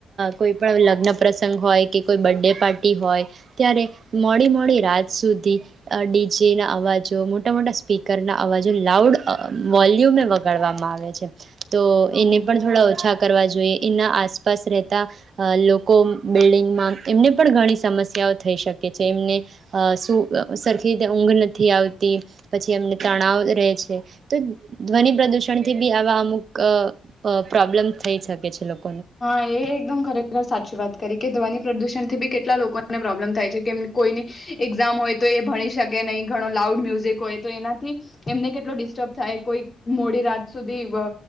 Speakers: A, on the right; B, on the left.
A: કોઈ પણ લગ્ન પ્રસંગ હોય કે કોઈ બર્ડે પાર્ટી હોય ત્યારે મોડી મોડી રાત સુધી ડી જે ના અવાજો, મોટા-મોટા સ્પીકરના અવાજો લાઉડ વોલ્યુમે વગાડવામાં આવે છે. તો
B: હમ
A: એને પણ થોડા ઓછા કરવા જોઈએ. એના આસપાસ રહેતા અ લોકો બિલ્ડિંગમાં, એમને પણ ઘણી સમસ્યાઓ થઈ શકે છે. એમને શું સરખી રીતે ઊંઘ નથી આવતી. પછી એમને તણાવ રહે છે. તો ધ્વનિ પ્રદૂષણથી બી આવા અમુક અ પ્રોબ્લેમ થઈ શકે છે લોકોને.
B: હા, એ એકદમ ખરેખર સાચી વાત કરી. કે ધ્વનિ પ્રદૂષણથી ભી કેટલા લોકોને પ્રોબ્લેમ થાય છે. કેમ કોઈની એક્ઝામ હોય તો એ ભણી શકે નહીં, ઘણો લાઉડ મ્યુઝિક હોય તો એનાથી એમને કેટલો ડિસ્ટર્બ થાય. કોઈ મોડી રાત સુધી અ